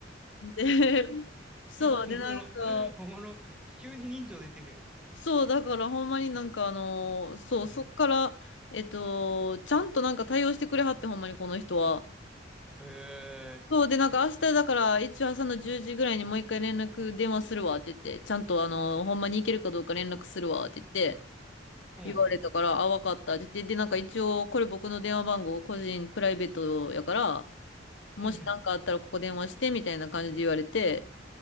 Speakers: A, on the left; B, in the centre.
A: 言って、で、<laughs> そう、
B: おもろ、
A: で、なんか、
B: おもろ、急に人情出てるやん。
A: そう、だからほんまになんかあの、そう、
B: うん。
A: そっから、えっと、ちゃんとなんか対応してくれはって、ほんまにこの人は。
B: へえ。
A: そう、で、なんか明日だから、一応朝の10時ぐらいにもう一回連絡電話するわって言って、ちゃんとあの、ほんまに行けるかどうか連絡するわって言って、
B: うん。
A: 言われたから、あ、わかったって言って、で、なんか一応、これ僕の電話番号、個人プライベートやから、もし何かあったらここ電話してみたいな感じで言われて、
B: うん。うん。